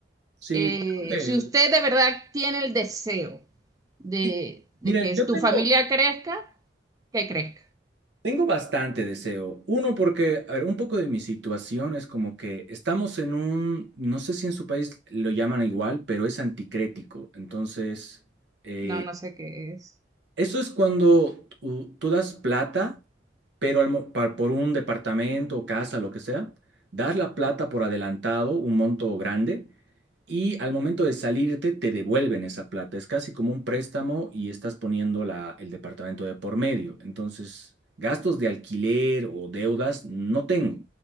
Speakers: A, on the right; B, on the right.
A: Sí,
B: Eh,
A: creo que-
B: si usted de verdad tiene el deseo de,
A: Sí,
B: de
A: Mira,
B: que
A: yo
B: tu
A: tengo,
B: familia crezca, que crezca.
A: Tengo bastante deseo. Uno, porque, a ver, un poco de mi situación es como que estamos en un, no sé si en su país lo llaman igual, pero es anticrético. Entonces, eh,
B: No, no sé qué es.
A: eso es cuando tú, tú das plata, pero al mo- pa- por un departamento o casa, lo que sea, das la plata por adelantado, un monto grande, y al momento de salirte te devuelven esa plata. Es casi como un préstamo y estás poniendo la, el departamento de por medio. Entonces, gastos de alquiler o deudas no tengo.